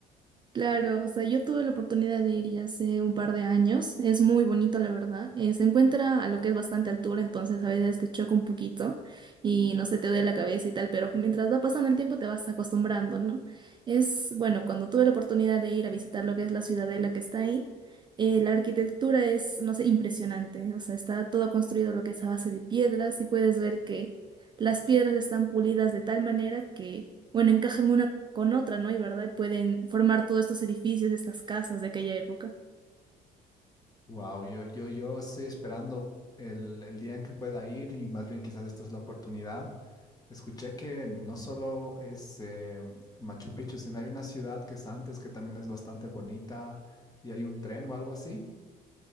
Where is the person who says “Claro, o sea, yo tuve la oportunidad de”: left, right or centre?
Right